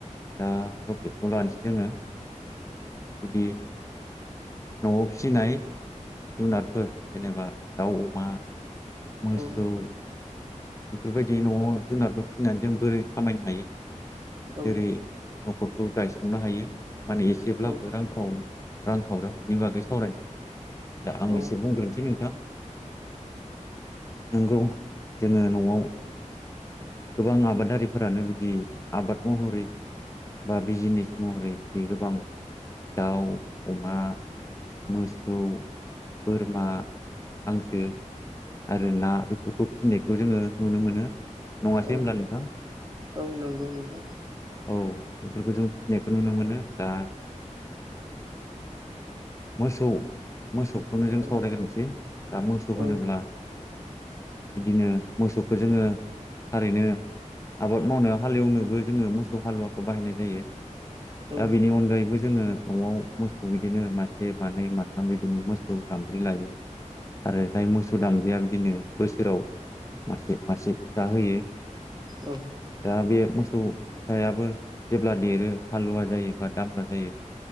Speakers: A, on the left (about 25°); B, on the right (about 30°).
A: दा टपिकखौ लानोसै जोङो बिदि न'आव फिसिनाय जुनारफोर जेनेबा दाउ अमा मोसौ
B: औ
A: बेफोरबायदि न'आव जुनारफोर फिसिनानै जों बोरै खामायनो हायो जेरै
B: औ
A: न'खरखौ गायसंनो हायो माने एसेब्लाबो
B: औ
A: रांखौव रां खावराव बेनि बागै सावरायसै दा
B: औ
A: आं एसे बुंग्रोनोसै नोंथां नोंगौ जोङो न'आव गोबां आबादारिफोरानो बिदि आबाद महरै बा बिजिनेस महरै बिदि गोबां दाउ अमा मोसौ बोरमा हांसो आरो ना बेफोरखौ फिसिनायखौ जोङो नुनो मोनो, नङासै
B: औ
A: होनोमब्ला नोंथां?
B: औ नंगौ नोंथां
A: औ बेफोरखौ जों फिसिनायखौ नुनो मोनो दा मोसौ मोसौखौनो जों
B: औ
A: सावरायग्रोसै दा मोसौ
B: औ
A: होनोब्ला बिदिनो मोसौखौ जोङो थारैनो आबाद मावनायाव हालेवनोबो जोङो मोसौ हालुवाखौ बाहायनाय जायो।
B: औ
A: दा बिनि अनगायैबो जोङो न'आव मोसौ बिदिनो मासे मानैै माथाम बिदिनो मोसौ दामब्रि लायो। आरो जाय मोसौ दामब्रिया बिदिनो बोसोराव मासे मासे फिसा होयो
B: औ
A: दा बे मोसौ फिसायाबो जेब्ला देरो हालुवा जायो बा दाम्रा जायो